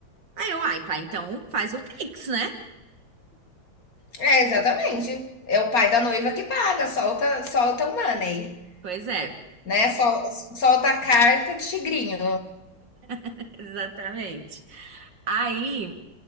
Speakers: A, on the right; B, on the left.
A: Aí eu, ai, pá, então faz o Pix, né?
B: É, exatamente. É o pai da noiva que paga, solta, solta o money,
A: Pois é,
B: né? Sol- Solta a carta de tigrinho.
A: <laughs> exatamente. Aí.